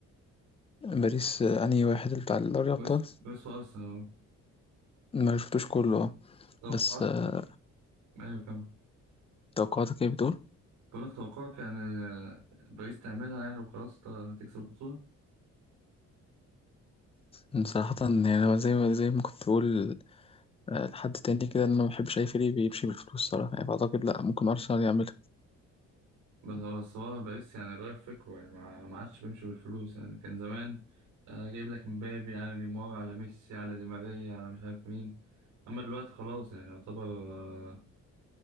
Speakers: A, on the left; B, on the right.
A: باريس آه، انهي واحد اللي بتاع دوري الابطال
B: باريس باريس وارسنال أهو.
A: ما شفتوش كله آه.
B: توقعت
A: بس آه،
B: ايوه كمل
A: توقعاتك ايه بتقول
B: بقول لك توقعك يعني باريس تعملها يعني وخلاص ت- تكسب البطولة
A: مم، صراحة يعني أنا زي ما زي ما كنت بقول آه، لحد تاني كده إن أنا ما بحبش أي فريق بيمشي بالفلوس صراحة يعني فأعتقد لأ ممكن أرسنال يعمل
B: بس هو بس هو الرئيس يعني غير فكره يعني ما ما عادش بيمشي بالفلوس يعني كان زمان آه، جايب لك مبابي على نيمار على ميسي على دي ماريا على مش عارف مين اما دلوقتي خلاص يعني يعتبر آه،